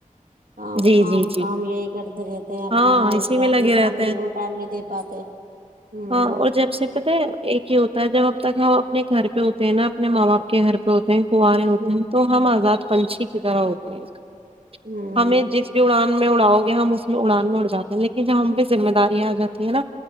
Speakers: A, on the right; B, on the right.
A: <unintelligible> کام
B: جی
A: کام
B: جی جی
A: کام یہی کرتے رہتے ہیں اپنا
B: ہاں
A: اور
B: اسی
A: کیا
B: میں
A: اپنی
B: لگے
A: فیملی
B: رہتے ہیں
A: کو ٹائم نہیں دے پاتے ہوں
B: ہاں اور جب سے پتا ہے ایک ہی ہوتا ہے جب ہمب تک ہو اپنے گھر پہ ہوتے ہیں نا اپنے ماں باپ کے گھر پہ ہوتے کنوے ہوتے
A: ہوں
B: ہیں تو ہم آزاد پنچھی کی طرح ہوتے ہیں ایک
A: ہوں
B: ہمیں جس بھی اڑان میں اڑاؤ گے ہم اس میں اڑان میں اڑ جاتے ہیں لیکن جب ہم پ بھی ذمہ دارییا آ جاتی ہے نا